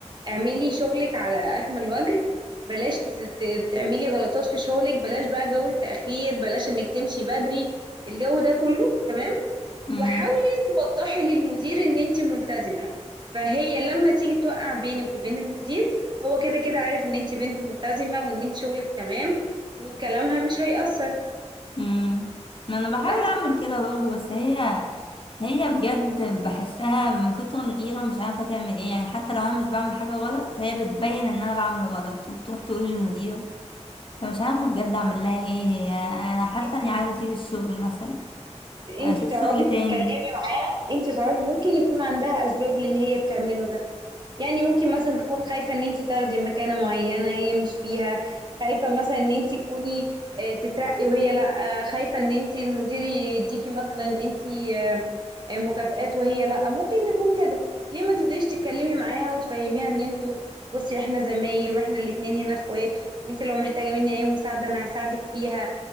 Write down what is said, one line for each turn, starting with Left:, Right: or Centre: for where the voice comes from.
Right: اعملي شغلك على اكمل وجه بلاش ت- ت- تعملي غلطات في شغلك بلاش بقى جو التاخير بلاش انك تمشي بدري الجو ده كله تمام
Left: امم
Right: وحاولي توضحي للمدير ان انت ملتزمة فهي لما تيجي توقع بينك وبين المدير هو كده كده عارف ان انت بنت ملتزمة وان انت شغلك تمام وكلامها مش هيأثر
Left: امم ما انا بحاول
Right: بس
Left: اعمل كده برضه بس هي هي بجد بحسها من كتر الغيره مش عارفه تعمل ايه يعني حتى لو انا مش بعمل حاجه غلط هي بتبين ان انا بعمل غلط وبتروح تقول للمدير فمش عارفه بجد اعمل لها ايه هي انا حاسه
Right: انت
Left: اني عايزه اسيب الشغل مثلا
Right: انت
Left: اشوف
Right: تعرفي
Left: شغل
Right: تتكلمي
Left: تاني
Right: معاها انت تعرفي ممكن يكون عندها اسباب للي هي بتعمله ده يعني ممكن مثلا تكون خايفة ان انت تاخدي مكانة معينة هي مش فيها خايفة مثلا ان انت تكوني آه، تترقي وهي لا آه، خايفة ان انت المدير يديكي مثلا انت آه، مكافآت وهي لا ممكن يكون كده ليه ما تبدايش تتكلمي معاها وتفهميها ان انتوا بصي احنا زمايل واحنا الاتنين هنا اخوات وانت لو محتاجه مني اي مساعده انا هساعدك فيها